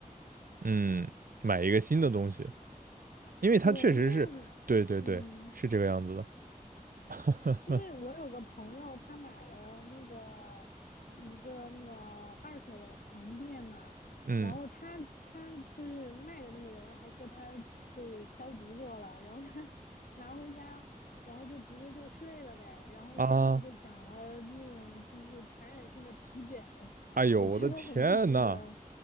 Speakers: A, on the right; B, on the left.
A: 嗯，买一个新的东西，因为它确实是，
B: 对，因为我，
A: 对对对，
B: 嗯，
A: 是这个样子的，<laughs>
B: 因为我有个朋友，他买了那个一个那个二手的床垫嘛，
A: 嗯
B: 然后他他就是卖的那个人还说他就是消毒过了，然后他 <laughs> 拿回家，然后就直接就睡了呗，然后身上就长了那种就是传染性的皮疹，
A: 啊，哎呦，
B: 我觉得很不值得。
A: 我的天呐，